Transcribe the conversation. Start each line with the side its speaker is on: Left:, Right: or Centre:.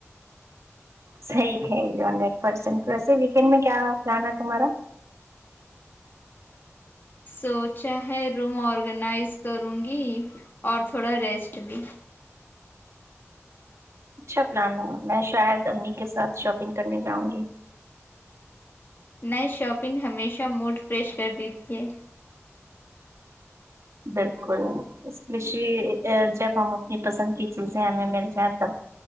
Right: صحیح ہے یہ ہنڈریڈ پرسینٹ ویسے ویکینڈ میں کیا پلان ہے تمہارا
Left: سوچا ہے روم آرگنائز کروں گی اور تھوڑا ریسٹ بھی
Right: اچھا پلان ہے میں شاید امی کے ساتھ شاپنگ کرنے جاؤں گی
Left: نئے شاپنگ ہمیشہ موڈ فریش کر دی تے
Right: بالکل اسپیشلی جب ہم اپنی پسند کی چیزیں ہمیں مل جائیں تب